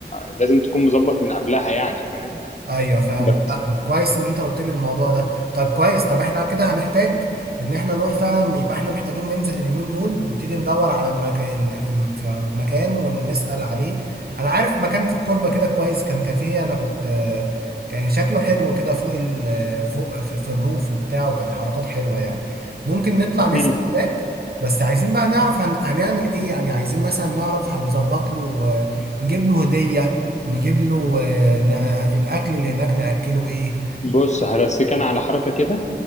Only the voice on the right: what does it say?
ايوه فعلا
آه، كويس ان انت قلت لي الموضوع ده طيب كويس طب احنا كده هنحتاج ان احنا نروح فعلا يبقى احنا محتاجين ننزل اليومين دول نبتدي ندور على المك... ال- في الم- في مكان ونسأل عليه انا عارف مكان في الكوربة كده كويس كان كافيه انا كنت آه، كان شكله حلو كده فوق ال... فوق في, في الروف وبتاع وكان حركات حلوة يعني ممكن نطلع نسأل
هناك بس عايزين بقى نعرف هن... هنعمل ايه يعني عايزين مثلا نعرف هنظبط له آه، نجيب له هدية نجيب له آه، نع... الاكل اللي هناك ناكله ايه